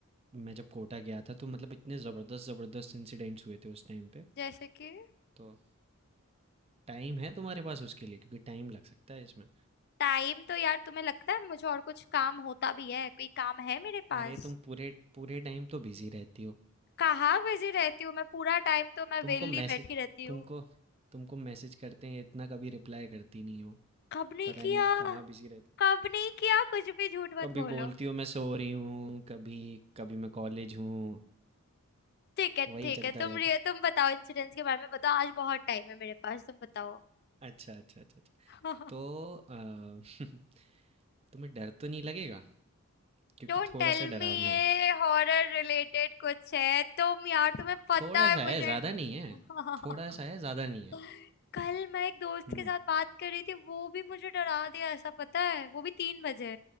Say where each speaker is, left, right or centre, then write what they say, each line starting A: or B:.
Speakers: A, on the right; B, on the left.
A: अ, मैं जब कोटा गया था तो मतलब इतने ज़बरदस्त ज़बरदस्त इंसिडेंट्स हुए थे उस टाइम पे
B: जैसे कि
A: तो टाइम है तुम्हारे पास उसके लिए क्योंकि टाइम लग सकता है इसमें
B: टाइम तो यार तुम्हें लगता है मुझे और कुछ काम होता भी है कोई काम है मेरे पास
A: अरे तुम पूरे पूरे टाइम तो बिजी रहती हो
B: कहाँ बिजी रहती हूँ मैं पूरा टाइम तो मैं
A: तुमको
B: वेली
A: मैसेज
B: बैठी रहती हूँ
A: तुमको तुमको मैसेज करते हैं इतना कभी रिप्लाई करती नहीं हो
B: कब नहीं
A: पता
B: किया
A: नहीं कहाँ बिजी रहती
B: कब नहीं किया कुछ भी झूठ
A: कभी
B: मत बोलो
A: बोलती हो मैं सो रही हूँ कभी कभी मैं कॉलेज हूँ
B: ठीक है
A: वही
B: ठीक
A: चलता
B: है तुम
A: रहता
B: रिय
A: है
B: तुम बताओ इंसिडेंट्स के बारे में बताओ आज बहुत टाइम है मेरे पास तुम बताओ
A: अच्छा अच्छा अच्छा अच्छा
B: <laughs>
A: तो अ, <laughs> तुम्हें डर तो नहीं लगेगा क्योंकि
B: डोंट
A: थोड़ा
B: टेल
A: सा डरावना
B: मी ये
A: है
B: हॉरर रिलेटेड कुछ है तुम यार तुम्हें पता
A: थोड़ा
B: है
A: सा है
B: मुझे
A: ज़्यादा
B: <laughs>
A: नहीं है थोड़ा सा है ज़्यादा नहीं है
B: कल मैं एक दोस्त
A: हम्म
B: के साथ बात कर रही थी वो भी मुझे डरा दिया ऐसा पता है वो भी तीन बजे